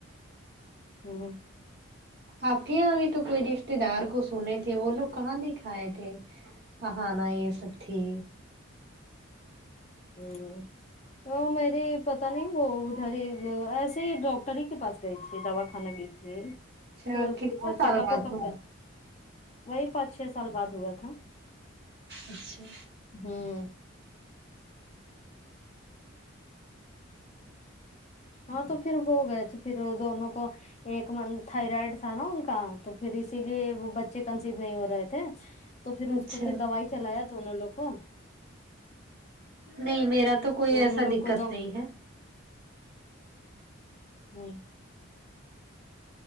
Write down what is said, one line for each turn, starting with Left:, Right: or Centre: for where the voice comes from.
Left: ھمم
Right: آپکے یہا بھی تو کوئی رشتے دار کچھ سنے تھے وہ لوگ کہاں دکھائے تھے آہانا یہ سب تھی
Left: ہمم وہ میری پتا نہیں وہ ادھر ہی ایسے ہی ڈاکٹر ہی کے پاس گئی تھی دوا خانا گئی تھی اور
Right: اچھا کتنے
Left: پھر وہ چیک
Right: سال
Left: اپ
Right: بعد
Left: وک اپ
Right: ہوا
Left: کا وہی پانچ چھ سال بعد ہوا تھا
Right: اچھا
Left: ھمم ہاں تو پھر وہ گئے تھے پھروہ دونوں کو ایک منتہ تھائرائڈ تھا نا ان کا تو پھر اسی لیے وہ بچے کنسیو نہیں ہو رہے تھے تو پھر
Right: اچھا
Left: اس کو پھر دوائی چلایا دونوں لوگ کو
Right: نہیں میرا تو کوئی
Left: دونوں
Right: ایسا
Left: لوگ
Right: دککت
Left: کو
Right: نہیں ہے
Left: ھمم